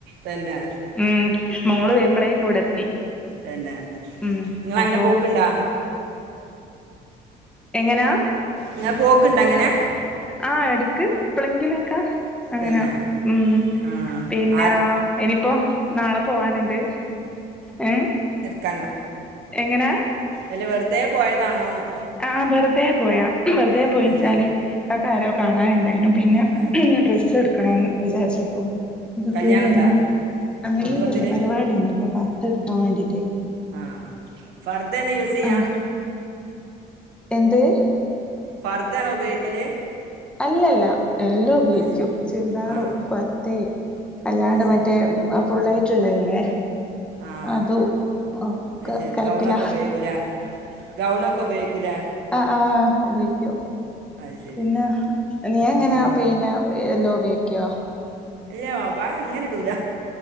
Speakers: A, on the right; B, in the centre.
A: തന്നെ.
B: ഉം മോള് വരുമ്പോളേക്കെ ഇവിടെത്തി
A: തന്നെ
B: ഉം
A: നിങ്ങളങ്ങനെ
B: അപ്പൊ.
A: പോക്കുണ്ടോ
B: എങ്ങനാ.
A: ഇങ്ങനെ പോക്ക്ണ്ട അങ്ങനെ.
B: ആഹ് എടുക്ക് എപ്പോളെങ്കിലൊക്കാ. അങ്ങനെ
A: തന്നെ
B: ഉം
A: ആ
B: പിന്നെ.
A: ആര
B: ഇനിയിപ്പോ നാളെ പോവാനുണ്ട് ഏ
A: നിർക്കാനോ
B: എങ്ങനാ
A: അല്ല വെറുതെ പോയതാണോന്ന്.
B: ആഹ് വെറുതെ പോയ വെറുതെ പോയിച്ചാല്.
A: തന്നെ
B: ഇക്കാകാരോ കാണാനുണ്ടായിനു പിന്നെ
A: ആ
B: ഡ്രസ് എടുക്കണന്ന് വിചാരിച്ചിട്ടു. ഇക്കെ
A: കല്യാണം
B: കൂടിയും
A: ഉണ്ടോ
B: അങ്ങനെ അങ്ങനല്ലല്ലോ
A: കുടുംബത്തിൽ
B: പരിപാടിയൊന്നുല്ല പർതടുക്കാൻ വേണ്ടിട്ട്.
A: ആഹ് ഫർദയാണോ യൂസ് ചെയ്യാ.
B: ആഹ് എന്ത്.
A: ഫർദനോ ഉപയോഗിക്കല്
B: അല്ലല്ല എല്ലോ ഉപയോഗിക്കും
A: ശ-
B: ചുരിദാറു
A: ആ
B: പർദയും. അല്ലാണ്ട്
A: അത് ശരി
B: മറ്റേ ഫുള്ളയിട്ടുള്ളല്ലേ.
A: ആഹ്
B: അതും ഒക്ക
A: അത് ശരി
B: കല്പ്പില.
A: ഗൗണൊക്കെ ഉപയോഗിക്കൂലേ ഗൗണൊക്കെ ഉപയോഗിക്കൂലേ.
B: ആഹ് ആഹ് ഉപയോഗിക്കൂ.
A: അത് ശരി
B: പിന്നെ നീ എങ്ങനെ
A: ഉം
B: പിന്നെ എല്ലോ ഉപയോഗിക്കോ
A: ഇല്ല അബയാ അങ്ങനെ ഇടൂല